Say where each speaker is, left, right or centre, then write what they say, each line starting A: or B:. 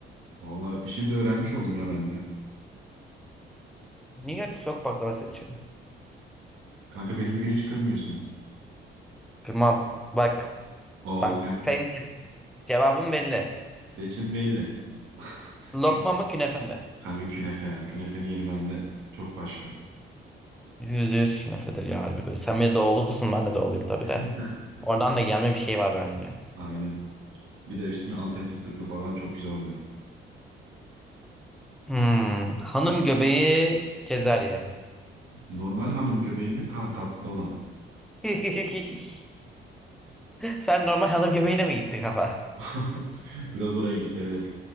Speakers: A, on the right; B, in the centre.
A: Vallahi şimdi öğrenmiş oldum ya ben de.
B: Niye geldi soğuk baklava seçelim?
A: Kanka beni bugün hiç kırmıyorsun.
B: Tamam. Bak.
A: O
B: Bak. Sen cevabın belli.
A: seçim belli. <laughs>
B: Lokma
A: Künefe.
B: mı künefe mi?
A: Kanka künefe ya. Künefenin yeri bende çok başka. <laughs>
B: Yüzde yüz künefedir ya harbi. Sen bir de doğulusun ben de doğuluyum tabii de.
A: Heh.
B: Oradan da gelme bir şey var bence.
A: Aynen. Bir de üstüne Antep fıstıklı falan çok güzel oluyor.
B: Hmm. Hanım göbeği Cezarye.
A: Normal hanım göbeği mi? Ta tatlı olan.
B: <laughs> Sen normal hanım göbeğine mi gitti kafa?
A: <laughs> Biraz oraya gitti evet.